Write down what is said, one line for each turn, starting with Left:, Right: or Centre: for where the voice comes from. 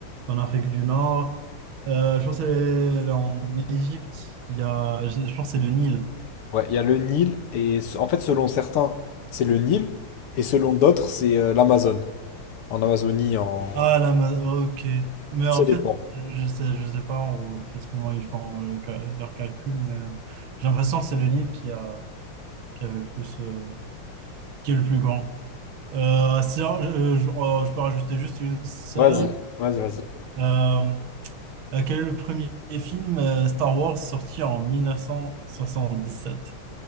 Right: en Afrique du Nord. Euh, je pense que c'est en Égypte. Il y a, je, je pense que c'est le Nil.
Left: Ouais, il y a le Nil et se- en fait, selon certains, c'est le Nil et selon d'autres, c'est euh, l'Amazone. En Amazonie, en...
Right: Ah, la ma- ok. Mais
Left: Ça
Right: en
Left: dépend.
Right: fait, je sais, je sais pas en en fait comment ils font euh, le cal- leur calcul, mais euh, j'ai l'impression que c'est le Nil qui a, qui avait le plus, euh, qui est le plus grand. Euh, si, euh, je, euh, je peux rajouter juste une seule.
Left: Vas-y, Ouais. vas-y, vas-y.
Right: Euh, euh, quel est le premier film euh, Star Wars sorti en mille neuf cent soixante-dix-sept